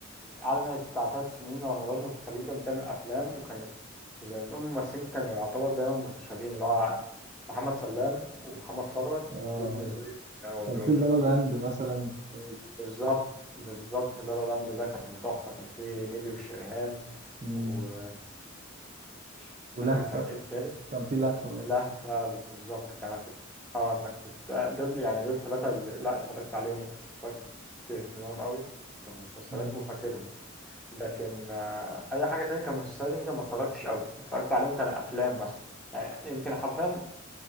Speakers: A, in the centre; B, on the right.
A: على ما بتاع تلات سنين رمضان متتاليين كانت بتعمل افلام وكانت زي ما تقول الممثلين كانوا يعتبر دايما متشابهين اللي هو محمد سلام ومحمد ثروت
B: آه.
A: دول بالنسبه لي كانوا
B: كان
A: بيبقوا
B: في
A: مضحكين
B: لالا لاند مثلا والجو ده.
A: بالظبط بالظبط في لا لا لاند ده كان تحفه كان فيه نيلي وشريهان
B: مم.
A: و مش
B: ولهفه
A: فاكر كان ايه التالت
B: كان في لهفه برضو
A: لهفة بالظبط كان انا كنت اه انا كنت آه، دول يعني دول ثلاثة اللي لا اتفرجت عليهم وكنت اتفرجت باهتمام قوي كمسلسلات
B: مم.
A: وفاكرهم لكن آه، اي حاجة تانية كمسلسلات يمكن ما اتفرجتش قوي اتفرجت عليهم كان افلام مثلا يعني يمكن حرفيا